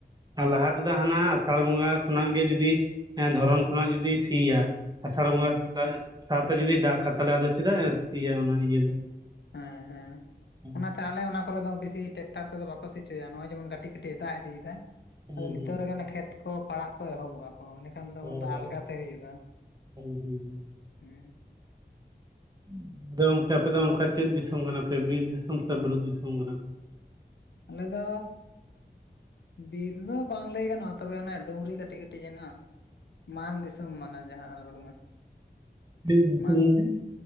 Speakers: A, on the right; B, on the left.
A: ᱞᱟᱦᱟ ᱛᱮᱫᱚ ᱦᱟᱱᱟ ᱟᱥᱟᱲ ᱵᱚᱸᱜᱟ ᱠᱷᱚᱱᱟᱜ ᱜᱮ ᱡᱩᱫᱤ ᱫᱷᱚᱨᱚᱱ ᱠᱷᱚᱱᱟᱜ ᱡᱩᱫᱤ ᱥᱤᱭᱟ ᱟᱥᱟᱲ
B: ᱦᱩᱸ
A: ᱵᱚᱸᱜᱟ ᱥᱟᱶᱛᱮ ᱡᱩᱫᱤ ᱫᱟᱜ ᱠᱟᱛᱞᱮ ᱪᱮᱫᱟᱜ ᱚᱱᱟ ᱤᱭᱟᱹ ᱫᱚ
B: ᱦᱮᱸ ᱦᱮᱸ
A: ᱦᱩᱸ
B: ᱚᱱᱟᱛᱮ ᱛᱟᱦᱚᱞᱮ ᱚᱱᱟ ᱠᱚᱨᱮ ᱫᱚ ᱵᱮᱥᱤ ᱴᱨᱟᱠᱴᱟᱨ ᱛᱮᱫᱚ ᱵᱟᱠᱚ ᱥᱤᱪᱚᱭᱟ ᱱᱚᱜᱚᱭ ᱡᱮᱢᱚᱱ ᱠᱟᱹᱴᱤᱡ ᱠᱟᱹᱴᱤᱡ ᱫᱟᱜ ᱤᱫᱤᱭᱮᱫᱟ
A: ᱦᱩᱸ
B: ᱟᱫᱚ ᱱᱤᱛᱚᱜ ᱨᱮᱜᱟᱱ ᱠᱷᱮᱛ ᱠᱚ ᱯᱟᱲᱟᱜ ᱠᱚ ᱮᱦᱚᱵᱚᱜᱼᱟ ᱚᱱᱮ ᱠᱷᱟᱱ ᱫᱚ
A: ᱦᱩᱸ
B: ᱩᱱ ᱫᱚ ᱟᱞᱜᱟᱛᱮ ᱦᱩᱭᱩᱜᱼᱟ
A: ᱦᱩᱸ ᱦᱩᱸ ᱦᱩᱸ
B: ᱦᱮᱸ
A: <unintelligible> ᱟᱫᱚ ᱜᱚᱝᱠᱮ ᱟᱯᱮ ᱫᱚ ᱚᱱᱠᱟ ᱪᱮᱫ ᱫᱤᱥᱚᱢ ᱠᱟᱱᱟ ᱯᱮ ᱵᱤᱨ ᱫᱤᱥᱚᱢ ᱥᱮ ᱵᱩᱨᱩ ᱫᱤᱥᱚᱢ ᱠᱟᱱᱟ ᱯᱮ
B: ᱟᱞᱮ ᱫᱚ ᱵᱤᱨ ᱫᱚ ᱵᱟᱝ ᱞᱟᱹᱭ ᱜᱟᱱᱚᱜᱼᱟ ᱛᱚᱵᱮ ᱚᱱᱮ ᱰᱩᱝᱨᱤ ᱠᱟᱹᱴᱤᱡ ᱠᱟᱹᱴᱤᱡ ᱡᱮᱱᱚ ᱢᱟᱱ ᱫᱤᱥᱚᱢ ᱢᱟᱱᱮ ᱡᱟᱦᱟᱸ ᱫᱚ ᱢᱮ
A: ᱪᱮᱫ ᱫᱤᱥᱚᱢ
B: ᱢᱟᱱ
A: ᱯᱮ?